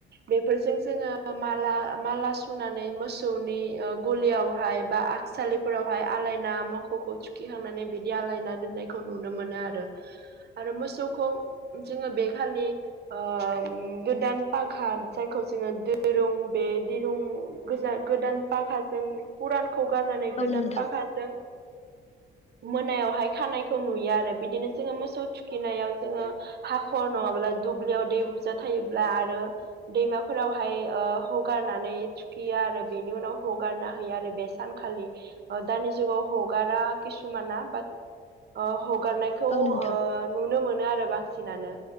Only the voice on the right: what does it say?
बेफोरजों जोङो माला माला सुनानै मोसौनि गलियावहाय बा थसालिफोरावहाय आलायना मोसौखौ थुखिखांनानै बिदि आलायना दोननायखौ नुनो मोनो आरो आरो मोसौखौ जोङो बे खालि ओ गोदान पाघार जायखौ जोङो दिरुं बे दिरुं गोजान गोदान पाखाजों फुरानखौ गारनानै गोदान
पाखाजों मोनायावहाय खानायखौ नुयो आरो बिदिनो जोङो मोसौ थुखिनायाव जोङो ओ हाखर नङाब्ला दुब्लियाव दै बुरजा थायोब्ला आरो दैमाफोरावहाय हगारनानै गिया आरो बेनि उनाव हगारना हैयो आरो बे सानखालि दानि जुगाव हगारा किसुमाना बाट ओ हगारनायखौ
ओ नुनो मोनो आरो बांसिनानो